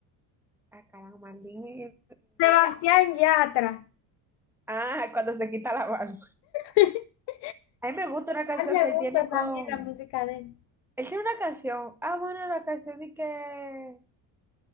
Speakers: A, in the centre; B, on the left.
A: Ah, caramba, maldito
B: Sebastián Yatra.
A: Ah, cuando se quita la barba.
B: <laughs>
A: A mí me gusta una canción
B: Ay, Me
A: que él
B: gusta
A: tiene con...
B: también la música de él.
A: Él tiene una canción. Ah, bueno, la canción de que...